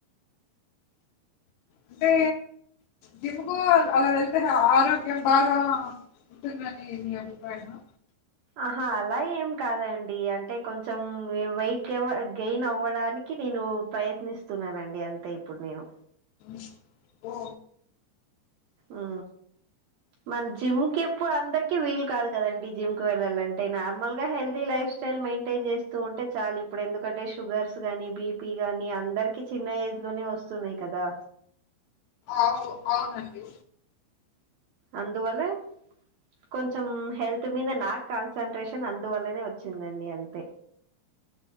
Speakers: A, on the left; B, on the right.
A: అంటే జిమ్కు అలా వెళ్తే ఆరోగ్యం బాగా నె ఉటగానే ఎన్ని మిఅభిప్రాయమా
B: ఆహా అలా ఏం కాదండి అంటే కొంచెం వెయిట్ గెయిన్ అవ్వడానికి నేను ఒప్రయత్నిస్తున్నానండి అంతే ఇప్పుడు నేను
A: చిప్ఓ
B: ఆ మన జిమ్కి ఎప్పుడు అందరికిీ వీలు కాదు కదండి జిమ్ కు వెళ్లాలంటే నార్మల్ గా హెల్దీ లైఫ్ స్టైల్ మెయింటైన్ చేస్తూ ఉంటే చాలుా ఇప్పుడు ఎందుకంటే షుగర్స్ గానీ బిపీ కాని అందరికి చిన్న యిత్ ఇం ట్లులోనే వస్తున్నాయి కదా
A: అవు అవునండి
B: అందువలే కొంచెం హెల్త్ మీద నాకు కాన్సన్ంట్రేషన్ అందువల్లనే వచ్చిందండి అంతే